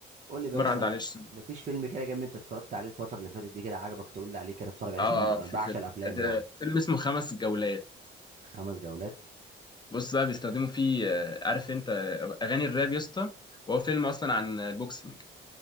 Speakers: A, on the right; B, on the left.
A: قول لي بقى
B: مره
A: يا اسطى
B: عدى عليه سنه
A: مفيش فيلم كده جامد انت اتفرجت عليه الفترة اللي فاتت دي كده عجبك تقول لي عليه كده اتفرج عليه
B: اه آه،
A: عشان انا
B: آه، في
A: بعشق
B: فيلم
A: الافلام
B: ده
A: يعني
B: فيلم اسمه خمس جولات
A: خمس جولات
B: بص بقى بيستخدموا فيه آه، عارف انت آه، اغاني الراب يا اسطى وهو فيلم اصلا عن البوكسنج